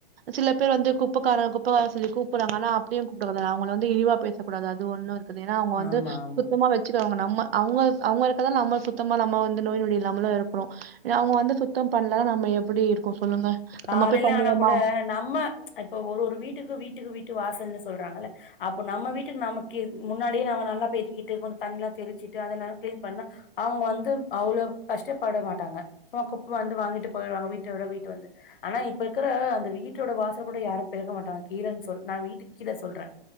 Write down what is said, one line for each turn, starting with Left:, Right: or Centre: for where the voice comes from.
Right: சில பேர் வந்து குப்பக்காரங்க குப்பைார சொல்லி கூப்பிறாங்க ஆனா அப்படியும் கூப்பிடக் கூடாது அவங்க வ இழிவா பேசக்கூடாது அது ஒண்ணும் இரு பாத்தீங்கன்னா அவங்க வந்து
Left: ஆமா ஆமா
Right: சுத்தமா வச்ச ங்க நம்ம அவங்க அவங்க இருக்கதான் நம்ம சுத்தமா நம்ம வந்து நோய் நொடி இல்லாமல இருக்கிறோம் அவங்க வந்து சுத்தம் பண்ணலதான் நம்ம எப்படி இருக்கும் சொல்லுங்க
Left: காலையில
Right: நம்ம போய் பண்ணுவோமா
Left: ஆனா கூட நம்ம இப்ப ஒரு ஒரு வீட்டுக்கு வீட்டுக்கு வீட்டு வாசல்ன்னனு சொல்றாங்கல்ல அப்போ நம்ம வீட்டுக்கு நமக்கு முன்னாடியே நம்ம நல்லா பெருக்கிட்டு கொஞ்சம் தண்ணி எல்லாம் தெளிச்சுட்டு அதெல்லாம் கிளீன் பண்ணா அவங்க வந்து அவ்ளொ கஷ்டப்பட மாட்டாங்க சும்மா குப்பை வந்து வாங்கிட்டு போயிடுவாங்க வீட்டோட வீட்டு வந்து ஆனா இப்ப இருக்கற அந்த வீட்டோட வாசல கூட யாரும் பெருக்க மாட்டாங்க கீழன்னு சொல் நா வீட்டுக்கு கீழ சொல்ற